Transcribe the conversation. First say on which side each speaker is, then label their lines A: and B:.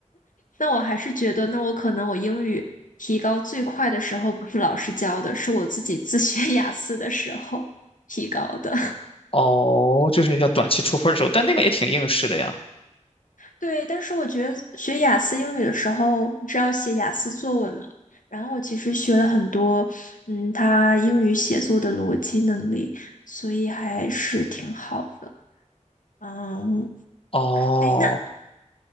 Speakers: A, on the left; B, on the left.
A: 那我还是觉得，那我可能我英语提高最快的时候，不是老师教的，是我自己自学 <laughs> 雅思的时候提高的。
B: 哦，就是要短期出分儿的时候，但那个也挺应试的呀。
A: 对，但是我觉得学雅思英语的时候，你知道写雅思作文嘛？然后我其实学了很多，嗯，他英语写作的逻辑能力，所以还是挺好的。嗯，
B: 哦，
A: 哎，那